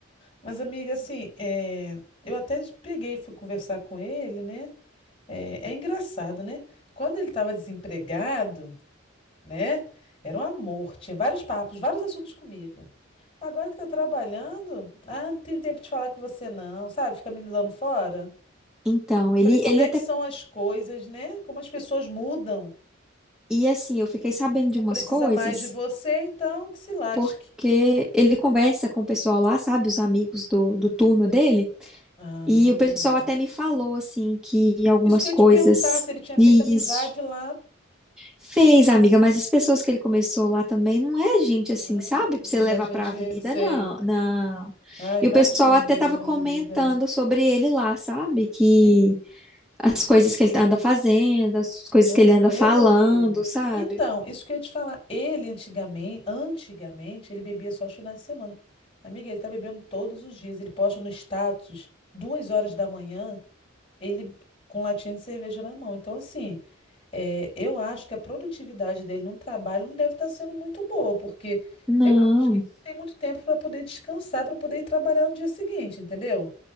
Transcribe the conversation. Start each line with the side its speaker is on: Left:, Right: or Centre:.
Left: Mas, amiga, assim, é, eu até peguei e fui conversar com ele, né? É, é engraçado, né? Quando ele estava desempregado, né? Era um amor. Tinha vários papos, vários assuntos comigo. Agora que tá trabalhando, ah, não tem tempo de falar com você, não. Sabe? Fica me dando fora.
Centre: Então, ele,
Left: Falei, como
Centre: ele
Left: é
Centre: até
Left: que são as coisas, né? Como as pessoas mudam.
Centre: E assim, eu fiquei sabendo
Left: Não
Centre: de umas
Left: precisa
Centre: coisas,
Left: mais de você, então que se lasque.
Centre: porque ele conversa com o pessoal lá, sabe, os amigos do, do turno dele,
Left: Ah,
Centre: e o pessoal até me falou, assim, que algumas
Left: isso que eu
Centre: coisas.
Left: ia te perguntar, se ele tinha
Centre: Isso.
Left: feito amizade lá.
Centre: Fez, amiga, mas as pessoas que ele começou lá também não é gente assim,
Left: Hum,
Centre: sabe, pra você levar
Left: a gente,
Centre: pra vida,
Left: eu sei.
Centre: não, não.
Left: Ah, imaginei,
Centre: E o pessoal até tava comentando
Left: amiga.
Centre: sobre ele lá, sabe, que
Left: Em-
Centre: as coisas que ele anda fazendo, as coisas
Left: É
Centre: que ele
Left: mesmo,
Centre: anda falando,
Left: amiga.
Centre: sabe?
Left: Então, isso que eu ia te falar. Ele antigamente, antigamente, ele bebia só os finais de semana. Amiga, ele tá bebendo todos os dias. Ele posta no status, duas horas da manhã. ele com latinha de cerveja na mão. Então, assim, é, eu acho que a produtividade dele no trabalho não deve estar sendo muito boa, porque
Centre: Não.
Left: eu acho que ele tem muito tempo para poder descansar, para poder ir trabalhar no dia seguinte, entendeu?